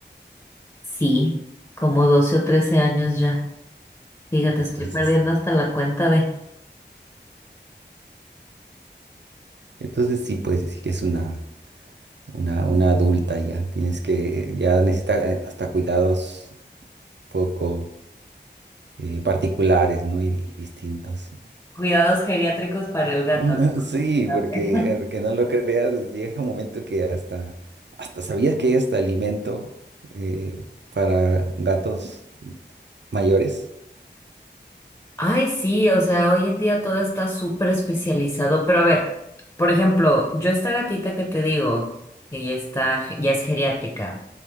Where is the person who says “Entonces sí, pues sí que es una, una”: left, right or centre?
Right